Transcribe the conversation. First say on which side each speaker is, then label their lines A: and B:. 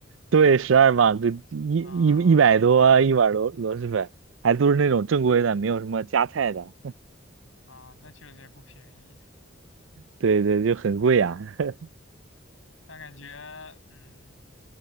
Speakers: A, on the right; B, on the left.
A: 对，十二磅，就一一一百多一碗螺螺蛳粉，
B: 啊
A: 还都是那种正规的，没有什么加菜的。
B: 啊，那确实也不便宜，
A: 对对，就很贵啊。<laughs>
B: 但感觉嗯。